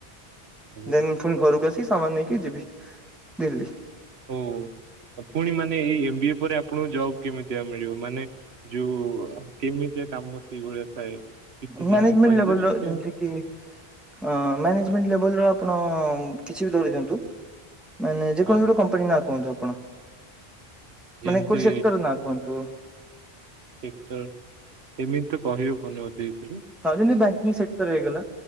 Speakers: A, on the right; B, in the centre.
A: ଆଜ୍ଞା
B: ଦେନ୍ ପୁଣି ଘରକୁ ଆସିକି ସାମାନ ନେଇକି ଯିବି, ଦିଲ୍ଲୀ।
A: ହଉ ପୁଣି ମାନେ ଏଇ ଏମବ ଏ ପରେ ଆପଣଙ୍କୁ ଜବ୍ କେମିତିଆ ମିଳିବ? ମାନେ ଯୋଉ କେମିତି କାମ ସେଇଭଳିଆ ଥାଏ। କିଛି
B: ମ୍ୟାନେଜମେଣ୍ଟ
A: ଯାହା କହିପାରିବେ
B: ଲେବଲ ର
A: ସେ
B: ଯେମତି <unintelligible> ମାନେଜମେଣ୍ଟ
A: ହଁ
B: ଲେଲ ଆପଣ, କିଛି ବି ଧରି ଦିଅନ୍ତୁ। ମାନେ ଯେକୌଣସି
A: ହଁ
B: ଗୋଟେ କମ୍ପାନୀ ନା କୁହନ୍ତୁ ଆପଣ?
A: ଯେମିତି
B: ମାନେ କୋଟେ ସେକ୍ଟର ନାଁ କୁହନ୍ତୁ।
A: ସେଟ ଏମିତି ତ କହିବ ପୁନଦୀପ।
B: ହଁ ଯେମିତି ବ୍ୟାଙ୍କିଙ୍ଗ ସେକ୍ଟର ହେଇଗଲା।